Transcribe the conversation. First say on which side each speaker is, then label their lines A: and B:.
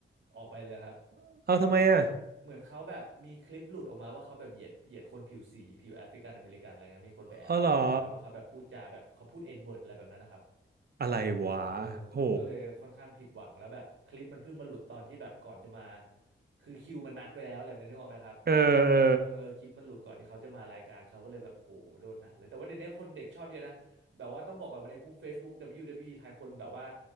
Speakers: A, on the right; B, on the right.
A: ออกไปเลยครับ
B: <laughs> เอาทำไมอ่ะ
A: เหมือนเขาแบบมีคลิปหลุดออกมาว่าเขาแบบเหยียดเหยียดคนผิวสีผิวแอฟริกันอเมริกันอะไรเงี้ยมีคนไปแอบถ่ายเขาไว้ว่าเขาแบบพูดจาแบบเขาพูด
B: อ๋อเหรอ
A: N word อะไรแบบนั้นนะครับ
B: อะไรวะโห
A: เออคนก็เลยค่อนข้างผิดหวังแล้วแบบคลิปมันเพิ่งมาหลุดตอนที่แบบก่อนจะมาคือคิวมันนัดไว้แล้วอะไรแบบนี้นึกออกไหมครับ
B: เออเออ
A: แล้วมันเออคลิปมันหลุดก่อนที่เขาจะมารายการเขาก็เลยแบบโหโดนหนักเลยแต่ว่าเดี๋ยวนี้คนเด็กชอบเยอะนะแบบว่าต้องบอกก่อนว่าในกลุ่ม Facebook WWE ไทยคนแบบว่า